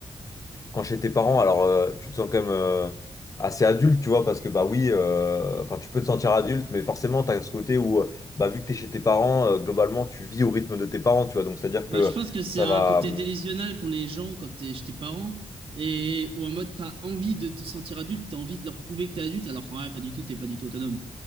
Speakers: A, on the left; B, on the right.
A: quand chez tes parents, alors euh, tu te sens quand même euh, assez adulte, tu vois, parce que bah oui, euh, enfin tu peux te sentir adulte, mais forcément t'as ce côté où euh, bah vu que t'es chez tes parents, euh, globalement tu vis au rythme de tes parents, tu vois, donc c'est-à-dire
B: Bah,
A: que
B: je pense que c'est
A: ça
B: un
A: va.
B: côté
A: hum,
B: délusionnel qu'ont les gens quand t'es, chez tes parents. Et ou en mode, t'as envie de te sentir adulte, t'as envie de leur prouver que t'es adulte, alors qu'en vrai, pas du tout, t'es pas du tout autonome.